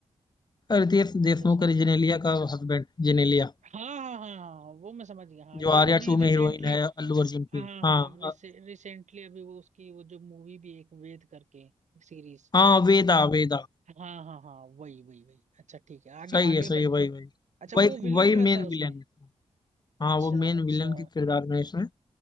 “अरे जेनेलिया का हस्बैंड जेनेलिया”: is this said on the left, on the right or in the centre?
Left